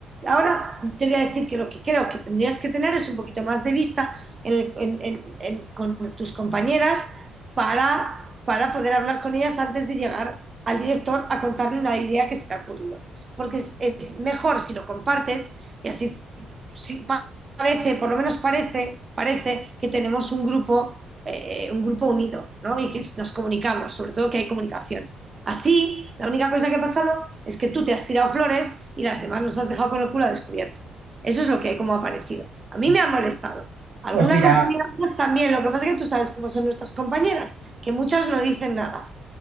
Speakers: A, on the right; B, on the right.
A: Ahora te voy a decir que lo que creo que tendrías que tener es un poquito más de vista en en- en- en- con tus compañeras para, para poder hablar con ellas antes de llegar al director a contarle una idea que se te ha ocurrido. Porque es, es mejor si lo compartes y así sí, parece, por lo menos parece, parece que tenemos un grupo, eh, un grupo unido, ¿no? Y que nos comunicamos, sobre todo que hay comunicación. Así, la única cosa que ha pasado es que tú te has tirado flores y las demás nos has dejado con el culo descubierto. Eso es lo que como ha parecido. A mí
B: Bueno,
A: me ha molestado. Alguna
B: Pues mira,
A: compañera más también, lo que pasa es que tú sabes cómo son nuestras compañeras, que muchas no dicen nada.